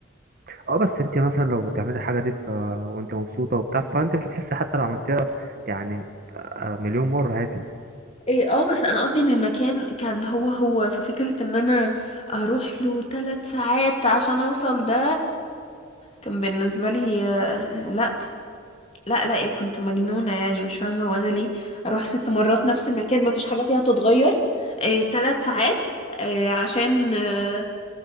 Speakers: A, on the right; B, on the left.
A: اه بس انت مثلا لو بتعملي الحاجة دي ب- وانت مبسوطة وبتاع فانت مش هتحسي حتى لو عملتيها يعني آه مليون مرة عادي
B: ايه اه بس انا قصدي ان المكان كان هو هو ففكرة ان انا اروح له ثلاث ساعات عشان اوصل ده كان بالنسبة لي آه، لا لا لا إيه، كنت مجنونة يعني مش فاهمة هو انا ليه اروح ست مرات نفس المكان ما فيش حاجة فيها تتغير إيه ثلاث ساعات آه، عشان آه،